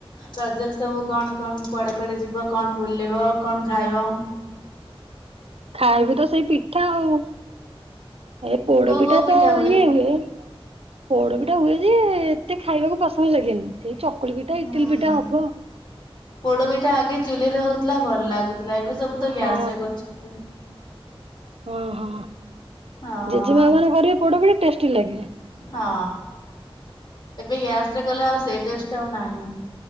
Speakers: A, on the left; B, on the right.
A: ରଜରେ ସବୁ କଣ କଣ କୁଆଡେ କୁଆଡେ ଯିବ କଣ ବୁଲିବ କଣ ଖାଇବ?
B: ଖାଇବୁ ତ ସେଇ ପିଠା ଆଉ। ଏ ପୋଡ଼ପିଠା
A: କୋଉ କୋଉ ପିଠା
B: ତ ଇଏ ହୁଏ। ପୋଡ ପିଠା ହୁଏ ଯେ ଏତେ ଖାଇବାକୁ ପସନ୍ଦ ଲାଗେନି ସେଇ ଚ କୁଳି ପିଠା
A: ହୁଁ।
B: ଇଟିଲି ପିଠା ହବ।
A: ପୋଡ ପିଠା ଆଗେ ଚୁଲିରେ ହୋଉଥୁଲା ଭଲ ଲାଗୁଥୁଲା ଏବେ ସବୁ ତ ଗ୍ୟାସ
B: ହଁ
A: ରେ କରୁଚି।
B: ଓହୋ
A: ହଁ
B: ଜେଜେମାଆ ମାନେ କରିବେ ପୋଡ ପଢ ଟେଷ୍ଟି ଲାଗେ।
A: ହଁ ଏବେ ଗ୍ୟା ରେ କଲେ ଆଉ ସେ ଟେଷ୍ଟ ଆଉ ନାହିଁ।